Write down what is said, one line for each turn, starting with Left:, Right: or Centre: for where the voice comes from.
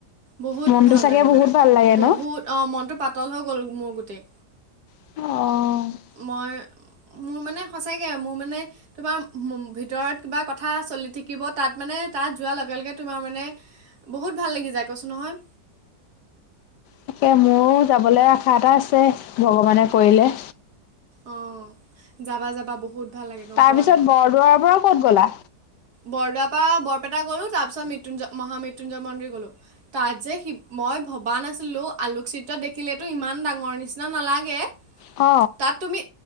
Right: বহুত
Left: মনটো
Right: ভাল
Left: চাগে
Right: লাগে
Left: বহুত
Right: মানে
Left: ভাল লাগে
Right: বহুত
Left: ন?
Right: অ মনটো পাতল হৈ গ'ল মোৰ গোটেই।
Left: অ।
Right: মই মোৰ মানে সঁচাকে মোৰ মানে। তোমাৰ ভিতৰত কিবা কথা চলি থাকিব তাত মানে তাত যোৱাৰ লগে লগে তোমাৰ মানে। বহুত ভাল লাগি যায় কৈছো নহয়।
Left: তাকে মোৰো যাবলৈ আশা এটা আছে ভগৱানে কৰিলে।
Right: অ যাবা, যাবা বহুত। ভাল লাগে গম
Left: তাৰপিছত
Right: পোৱা
Left: বৰদোৱাৰ পৰা ক'ত গ'লা।
Right: বৰদোৱাৰ পৰা বৰপেটা গ'লোঁ তাৰপিছত মৃত্যুঞ্জয় মহা মৃত্যুঞ্জয় মন্দিৰ গ'লোঁ। তাত যে শিৱ মই ভবা নাছিলো আলোকচিত্ৰ দেখিলেতো ইমান ডাঙৰ নিচিনা নালাগে।
Left: অ।
Right: তাত তুমি